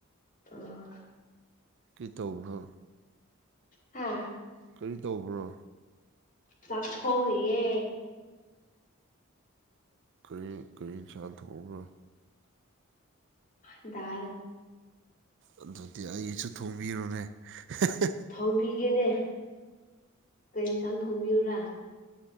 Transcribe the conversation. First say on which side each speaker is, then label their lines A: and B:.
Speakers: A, on the left; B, on the right.
A: ꯑꯥꯍ
B: ꯀꯩ ꯇꯧꯕ꯭ꯔꯣ
A: ꯍꯥ
B: ꯀꯔꯤ ꯇꯧꯕ꯭ꯔꯣ
A: ꯆꯥꯛ ꯊꯣꯡꯔꯤꯌꯦ
B: ꯀꯔꯤ ꯀꯔꯤ ꯏꯟꯁꯥꯡ ꯊꯣꯡꯕ꯭ꯔꯣ
A: ꯗꯥꯜ
B: ꯑꯗꯨꯗꯤ ꯑꯩꯒꯤꯁꯨ ꯊꯣꯡꯕꯤꯔꯨꯅꯦ ꯍꯦꯍꯦ
A: ꯊꯣꯡꯕꯤꯒꯦꯅꯦ ꯀꯩ ꯑꯦꯟꯁꯥꯡ ꯊꯣꯡꯕꯤꯌꯨꯔꯥ